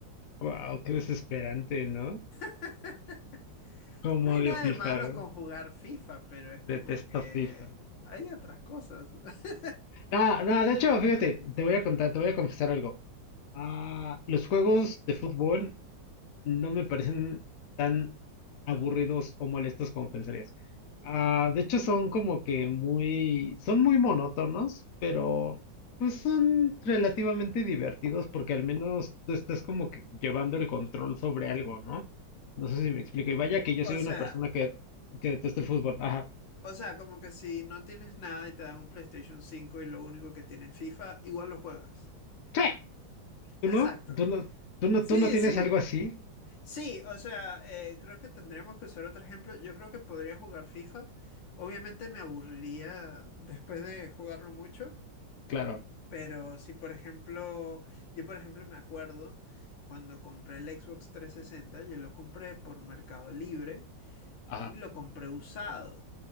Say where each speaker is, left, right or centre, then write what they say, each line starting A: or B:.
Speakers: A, on the left; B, on the left.
A: Wow, qué desesperante, ¿no?
B: <laughs>
A: Como
B: No hay
A: odio
B: nada
A: FIFA,
B: de malo
A: güey.
B: con jugar FIFA, pero es como
A: detesto
B: que
A: FIFA.
B: hay otras cosas. <laughs>
A: Ah, no, de hecho, fíjate, te voy a contar, te voy a confesar algo. Ah, los juegos de fútbol no me parecen tan aburridos o molestos como pensarías. Ah, de hecho, son como que muy, son muy monótonos, pero pues son relativamente divertidos porque al menos tú estás como que llevando el control sobre algo, ¿no? No sé si me explico. Y vaya que yo
B: O
A: soy
B: sea,
A: una persona que, que detesta el fútbol. Ajá.
B: O sea, como que si no tienes nada y te dan un PlayStation 5 y lo único que tienes FIFA, igual lo juegas.
A: ¿Qué? ¿Tú
B: Exacto.
A: no? ¿Tú no? ¿Tú no?
B: Sí,
A: ¿Tú no tienes
B: sí.
A: algo así?
B: Sí, o sea, eh, creo que tendremos que usar otro ejemplo. Yo creo que podría jugar FIFA. Obviamente me aburriría después de jugarlo mucho,
A: Claro.
B: pero si por ejemplo, yo por ejemplo me acuerdo cuando compré el Xbox 360, yo lo compré por Mercado Libre
A: Ajá.
B: y lo compré usado.